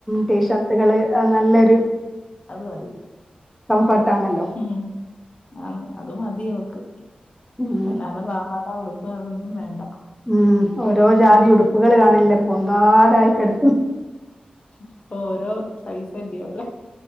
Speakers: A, in the centre; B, on the left.
A: ടീഷർട്ടുകള് അ നല്ലൊരു.
B: അത് മതി.
A: കംഫർട്ടാണല്ലോ.
B: ഉം ആന്ന് അത് മതിയവക്ക്
A: ഉം
B: അല്ലാതെ പാവാ ആ ഉടുപ്പ് അതൊന്നും വേണ്ട.
A: ഉം ഓരോ ജാതി
B: ഉം.
A: ഉടുപ്പുകൾ കാണില്ലേ പൊന്താരായി കെട്
B: ഇപ്പൊ ഓരോ സൈസല്ലേ ഉള്ളെ.